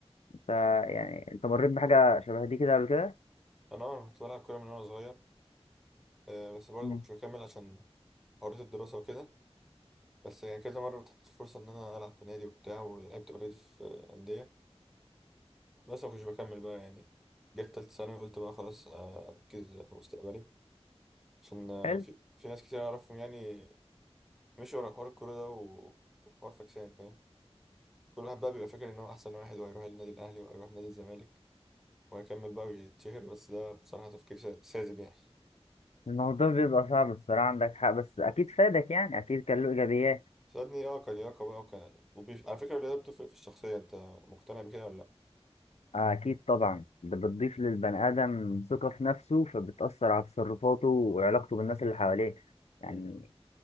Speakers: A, on the left; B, in the centre.
A: انت يعني انت مريت بحاجة شبه دي كده قبل كده؟
B: انا اه كنت بلعب كورة من وانا صغير آه، بس برضه
A: مم.
B: ما كنتش بكمل عشان حوارات الدراسة وكده بس يعني كذا مرة اتحطت فرصة إن أنا ألعب في نادي وبتاع ولعبت أوريدي في أندية بس ما كنتش بكمل بقى يعني جت تالتة ثانوي قلت بقى خلاص آه، أركز في مستقبلي عشان آه،
A: حلو
B: في, في ناس كتير أعرفهم يعني مشوا ورا حوار الكورة ده و- وحوار فاكسان فاهم كل واحد بقى بيبقى فاكر إن هو أحسن واحد وهيروح النادي الأهلي وهيروح نادي الزمالك وهيكمل بقى ويتشهر بس ده بصراحة تفكير سا- ساذج يعني
A: الموضوع بيبقى صعب الصراحة عندك حق بس أكيد فادك يعني أكيد كان له إيجابيات
B: سألني اه كلياقة بقى وكان وبيف... على فكرة الرياضة بتفرق في الشخصية أنت مقتنع بكده ولا لأ؟
A: أكيد طبعا ده بتضيف للبني آدم ثقة في نفسه فبتأثر على تصرفاته وعلاقته بالناس اللي حواليه يعني
B: مم.